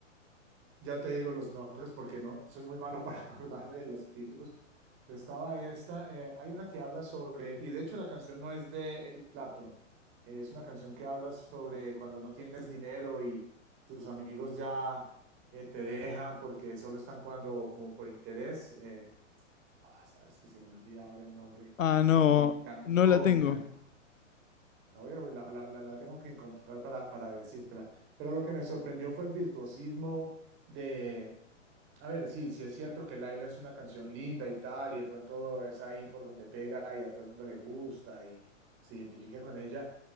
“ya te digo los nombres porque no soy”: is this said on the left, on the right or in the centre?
Right